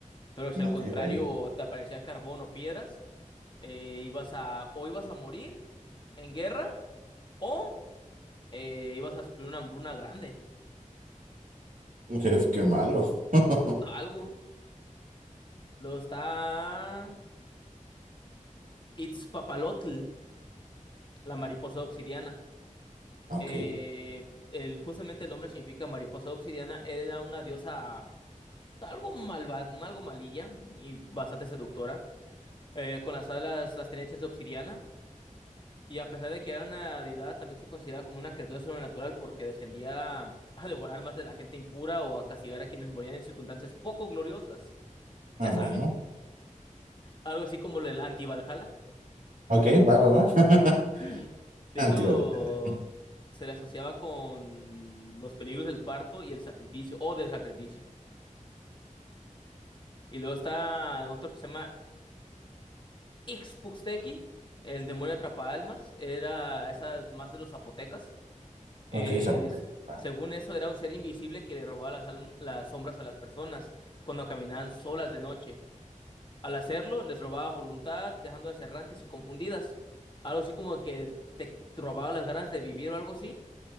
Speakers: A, on the left; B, on the right.
A: Pero si al
B: Ok,
A: contrario
B: vaya. <laughs>
A: te aparecía carbón o piedras, eh, ibas a o ibas a morir en guerra o eh, ibas a sufrir una hambruna grande.
B: Qué, qué malo. <laughs>
A: Algo. Lo está Itzpapalotl, la mariposa obsidiana.
B: Ok,
A: eh, el, justamente el nombre significa mariposa de obsidiana, era una diosa algo malva, algo malilla y bastante seductora, eh, con las alas las tenía hechas de obsidiana, y a pesar de que era una deidad, también se considera como una criatura sobrenatural porque descendía a devorar más de la gente impura o a castigar a quienes morían en circunstancias poco gloriosas,
B: ah,
A: ya sabes,
B: bueno.
A: algo así como el anti-Valhalla.
B: Ok, va, va, va. <laughs>
A: <clears throat> De hecho,
B: Antivalidad.
A: se le asociaba con los peligros del parto y el sacrificio, o del sacrificio. Y luego está otro que se llama Ixpuxtequi, el demonio atrapaalmas. Era esas más de los zapotecas. Eh,
B: Ok, zapoteco.
A: s-
B: va.
A: según eso, era un ser invisible que le robaba las, alm- las sombras a las personas cuando caminaban solas de noche. Al hacerlo, les robaba voluntad, dejándolas errantes y confundidas. Algo así como que te robaba las ganas de vivir o algo así